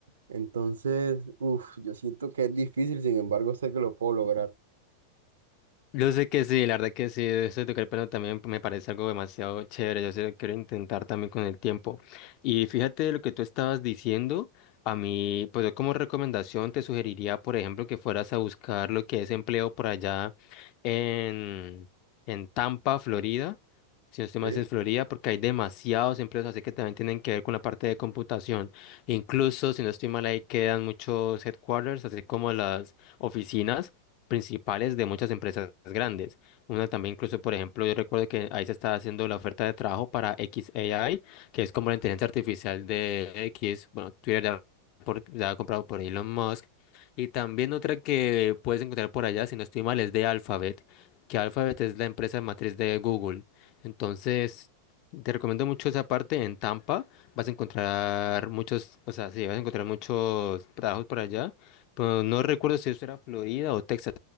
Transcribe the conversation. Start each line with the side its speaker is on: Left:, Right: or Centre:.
Right: Entonces, uff, yo siento que es difícil, sin embargo, sé que lo puedo lograr.
Left: Yo sé que sí, la verdad que sí, eso de tocar el piano también me parece algo demasiado chévere, yo sé que quiero intentar también con el tiempo. Y fíjate lo que tú estabas diciendo, a mí, pues yo como recomendación te sugeriría, por ejemplo, que fueras a buscar lo que es empleo por allá en, en Tampa, Florida, si no estoy
Right: Sí.
Left: mal es en Florida, porque hay demasiados empleos, así que también tienen que ver con la parte de computación. Incluso, si no estoy mal, ahí quedan muchos headquarters, así como las oficinas principales de muchas empresas grandes. Una también incluso, por ejemplo, yo recuerdo que ahí se está haciendo la oferta de trabajo para XAI, que es como la inteligencia artificial de X, bueno, Twitter ya, por- ya ha comprado por Elon Musk. Y también otra que puedes encontrar por allá, si no estoy mal, es de Alphabet, que Alphabet es la empresa matriz de Google. Entonces, te recomiendo mucho esa parte en Tampa. Vas a encontrar muchos, o sea, sí, vas a encontrar muchos trabajos por allá. Pero no recuerdo si eso era Florida o Texas.